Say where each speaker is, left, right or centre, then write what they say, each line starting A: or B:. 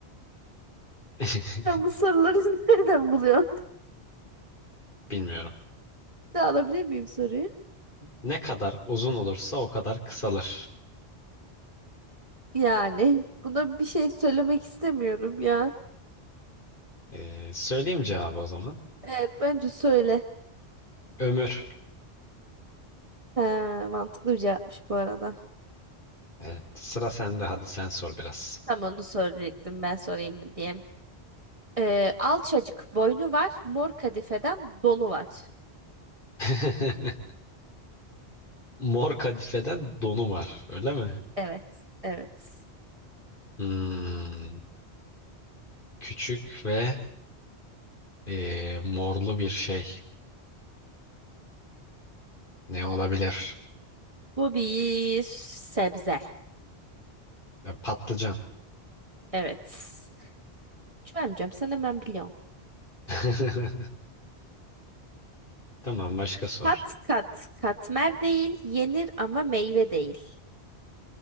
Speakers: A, on the left (about 50°); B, on the right (about 30°).
A: <laughs>
B: Ben bu soruları <laughs> nereden buluyorum?
A: Bilmiyorum.
B: Bir daha alabilir miyim soruyu?
A: Ne kadar uzun olursa o kadar kısalır.
B: Yani buna bir şey söylemek istemiyorum ya.
A: Ee, söyleyeyim cevabı o zaman.
B: Evet bence söyle.
A: Ömür.
B: He, mantıklı bir cevapmış bu arada.
A: Evet, sıra sende. Hadi sen sor biraz.
B: Tam onu soracaktım ben sorayım mı diye. Ee, alçacık boynu var, mor kadifeden donu var.
A: <laughs> Mor kadifeden donu var, öyle mi?
B: Evet, evet.
A: Hmm, küçük ve e, morlu bir şey. Ne olabilir?
B: Bu bir sebze.
A: Ya, patlıcan.
B: Evet. Cüvemcem sen hemen biliyorsun.
A: <laughs> Tamam başka sor.
B: Kat kat katmer değil, yenir ama meyve değil.